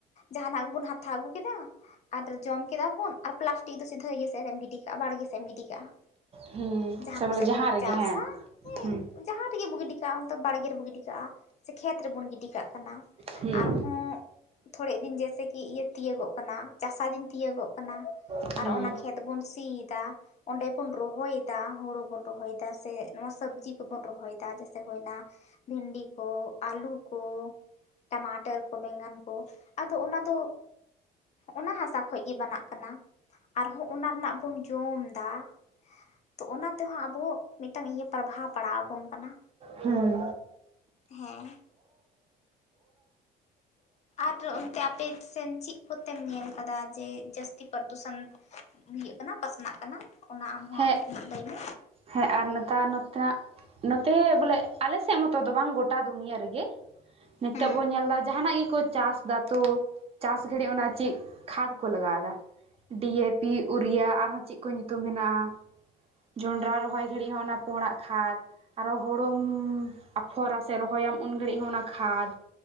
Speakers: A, on the left; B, on the right.
A: ᱡᱟᱦᱱᱟᱜ ᱜᱮ ᱵᱩᱱ ᱦᱟᱛᱷᱟᱣ ᱟᱹᱜᱩ ᱠᱮᱫᱟ ᱟᱨ ᱡᱚᱢ ᱠᱮᱫᱟ ᱵᱩᱱ ᱟᱨ ᱯᱞᱟᱥᱴᱤᱠ ᱫᱚ ᱥᱤᱫᱷᱟᱹ ᱤᱭᱟᱹ ᱥᱮᱫ ᱨᱮᱢ ᱜᱤᱰᱤ ᱠᱟᱜ-ᱟ ᱵᱟᱲᱜᱮ ᱥᱮᱫ ᱮᱢ ᱜᱤᱰᱤ ᱠᱟᱜ-ᱟ᱾
B: ᱦᱩᱸ
A: ᱡᱟᱦᱟᱸ
B: ᱥᱮ
A: ᱠᱚᱥᱮᱜ
B: ᱵᱚᱞᱮ
A: ᱵᱚᱱ
B: ᱨᱮᱜᱮ
A: ᱪᱟᱥᱟ
B: ᱦᱮᱸ
A: ᱦᱮᱸ
B: ᱦᱩᱸ
A: ᱡᱟᱦᱟᱸ ᱨᱮᱜᱮ ᱵᱚ ᱜᱤᱰᱤ ᱠᱟᱜ-ᱟ ᱚᱱᱛᱮ ᱵᱟᱲᱜᱮ ᱨᱮᱵᱚ ᱜᱤᱰᱤ ᱠᱟᱜ-ᱟ ᱥᱮ ᱠᱷᱮᱛ ᱨᱮᱵᱚᱱ ᱜᱤᱰᱤ ᱠᱟᱜ ᱠᱟᱱᱟ᱾
B: ᱦᱩᱸ
A: ᱟᱨᱦᱚᱸ ᱛᱷᱚᱲᱮ ᱫᱤᱱ ᱡᱮᱭᱥᱮ ᱠᱤ ᱤᱭᱟᱹ ᱛᱤᱭᱳᱜᱚᱜ ᱠᱟᱱᱟ ᱪᱟᱥᱟ ᱫᱤᱱ ᱛᱤᱭᱳᱜᱚᱜ ᱠᱟᱱᱟ
B: ᱦᱩᱸ
A: ᱟᱨ ᱚᱱᱟ ᱠᱷᱮᱛ ᱵᱚᱱ ᱥᱤᱭᱮᱫᱟ, ᱚᱸᱰᱮ ᱵᱚᱱ ᱨᱚᱦᱚᱭᱮᱫᱟ ᱦᱳᱲᱳ ᱵᱚᱱ ᱨᱚᱦᱚᱭᱫᱟ ᱥᱮ ᱱᱚᱣᱟ ᱥᱚᱵᱽᱡᱤ ᱠᱚᱵᱚᱱ ᱨᱚᱦᱚᱭ ᱫᱟ ᱡᱮᱭᱥᱮ ᱦᱳᱭᱱᱟ ᱵᱷᱤᱱᱰᱤ ᱠᱚ ᱟᱹᱞᱩ ᱠᱚ ᱴᱟᱢᱟᱴᱟᱨ ᱠᱚ ᱵᱮᱸᱜᱟᱱ ᱠᱚ ᱟᱫᱚ ᱚᱱᱟ ᱫᱚ ᱚᱱᱟ ᱦᱟᱥᱟ ᱠᱷᱚᱡ ᱜᱮ ᱵᱮᱱᱟᱜ ᱠᱟᱱᱟ᱾ ᱟᱨᱦᱚᱸ ᱚᱱᱟ ᱨᱮᱱᱟᱜ ᱵᱚᱱ ᱡᱚᱢ ᱫᱟ ᱛᱚ ᱚᱱᱟ ᱛᱮᱦᱚᱸ ᱟᱵᱚ ᱢᱤᱜᱴᱟᱝ ᱤᱭᱟᱹ ᱯᱚᱨᱵᱷᱟᱵᱽ ᱯᱟᱲᱟᱣ ᱵᱚᱱ ᱠᱟᱱᱟ᱾
B: ᱦᱩᱸ
A: ᱦᱮᱸ᱾ ᱟᱨ ᱚᱱᱛᱮ ᱟᱯᱮ ᱥᱮᱱ ᱪᱮᱜ ᱠᱚᱛᱮᱢ ᱧᱮᱞ ᱠᱟᱫᱟ ᱡᱮ ᱡᱟᱹᱥᱛᱤ ᱯᱟᱨᱫᱩᱥᱚᱱ ᱤᱭᱟᱹᱜ ᱠᱟᱱᱟ ᱯᱟᱥᱱᱟᱜ ᱠᱟᱱᱟ ᱚᱱᱟ ᱟᱢᱦᱚᱸ
B: ᱦᱮᱸ
A: ᱟᱯᱮ ᱥᱮᱱᱟᱜ ᱞᱟᱹᱭ ᱢᱮ?
B: ᱦᱮᱸ ᱟᱨ ᱱᱮᱛᱟᱨ ᱱᱚᱛᱮᱱᱟᱜ ᱱᱚᱛᱮ ᱵᱚᱞᱮ ᱟᱞᱮᱥᱮᱫ ᱢᱚᱛᱚ ᱫᱚ ᱵᱟᱝ ᱜᱚᱴᱟ ᱫᱩᱱᱤᱭᱟᱹᱟᱹ ᱨᱮᱜᱮ, ᱱᱤᱛᱳᱜ
A: ᱦᱮᱸ
B: ᱵᱚᱱ ᱧᱮᱞᱫᱟ ᱡᱟᱦᱱᱟᱜ ᱜᱮ ᱠᱚ ᱪᱟᱥ ᱫᱟ ᱛᱚ ᱪᱟᱥ ᱜᱷᱟᱹᱲᱤᱡ ᱚᱱᱟ ᱪᱮᱜ ᱠᱷᱟᱫᱽ ᱠᱚ ᱞᱟᱜᱟᱣᱫᱟ, ᱰᱤᱭᱮ ᱯᱤ, ᱩᱨᱤᱭᱟ ᱟᱨᱦᱚᱸ ᱪᱮᱜ ᱠᱚ ᱧᱩᱛᱩᱢ ᱦᱮᱱᱟᱜ-ᱟ ᱡᱚᱱᱰᱨᱟ ᱨᱚᱦᱚᱭ ᱜᱷᱟᱹᱲᱤᱡ ᱦᱚᱸ ᱚᱱᱟ ᱯᱳᱲᱟᱜ ᱠᱷᱟᱫᱽ ᱟᱨᱚ ᱦᱩᱲᱩᱢ ᱟᱯᱷᱚᱨᱟ ᱥᱮ ᱨᱚᱦᱚᱭᱟᱢ ᱩᱱ ᱜᱷᱟᱹᱲᱤᱡ ᱦᱚᱸ ᱚᱱᱟ ᱠᱷᱟᱫᱽ